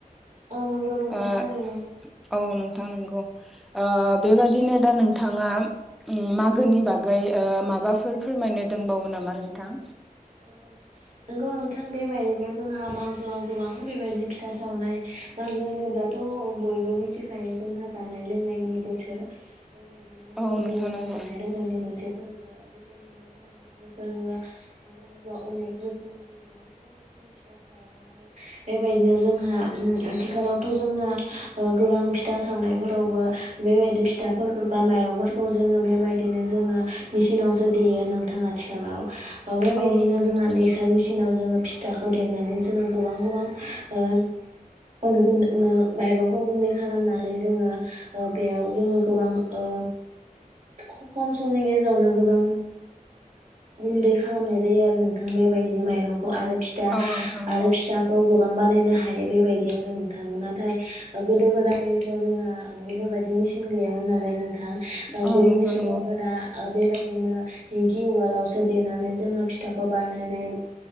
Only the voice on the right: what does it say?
औ नंगौ नोंथां
थारैनो
औ नंगौ नोंथां बेबायदिनो जोंहा मागोआव गोबां बेबायदिनो फिथा सावनाय नांगौ होनोब्लाथ' बयबो मिथिखायो जोंहा जानाय लोंनायनि बोथोर बेबायदिनो मागो
फोरबोआ
जानाय लोंनायनि मोनसे फोरबो बेबायदिनो जोङहा मागो फोरबोआ मागो फोरबोआव अनेक रोखोमनि गोबां गोबां बेखनो फिथा सावो आरो बेबायदिनो जोंहा आथिखालावथ' जोंना गोबां फिथा सावनायफोरावबो बेबायदिनो फिथाफोरफोरखौ बा माइरं फोरखौ जोङो बेबायदिनो जोङो मेचिनावसो देयो नोंथां आथिखालाव बेबायदिनो
जोङो
मिक्सार मिेसिनाव जोङो फिथाखौ देनानै जोङो गोबां गोबां ओ अन गुन्दनो माइरंखौ गुन्दै खालामनानै जोङो ओ बेयाव जोङो गोबां ओ खम समनि गेजेरावनो गोबां गुनदै खालामनाय जायो आरो नोंथां बेबायदिनो माइरंखौ आरो फिथा
आरो फिथाखौ गोबां बानायनो हायो बेबायदि आरो नोंथां नाथाय ओ गोदो गोदायथ' जोंना ओ बेफोर बायदि मिसिनगैयामोन नालाय नोंथां ओ
गोदोनि
सुबुंफोरा
ओ बेबायदि बिदिनो दिंखि उवालावसो देनानै जोङो फिथाखौ बानायनाय